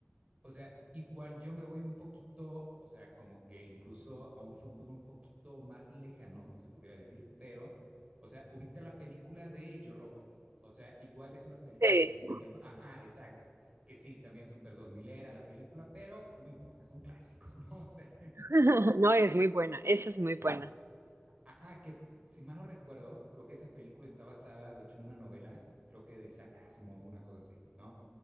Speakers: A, on the right (about 25°); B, on the right (about 90°).
A: O sea, igual yo me voy un poquito, o sea, como que incluso a un futuro un poquito más lejano, se pudiera decir, pero, o sea, ubica la película de Yo Robot. O sea, igual es una película
B: Sí.
A: que ya lleva tiempo. Ajá, exacto. Que sí, también Super 2000 era la película, pero no me importa, es un clásico, <laughs> ¿no? O sea,
B: <laughs> No, es muy buena, esa es muy buena.
A: ajá. Ajá, que si mal no recuerdo, creo que esa película está basada, de hecho, en una novela, creo que de Isaac Asimov, una cosa así, ¿no?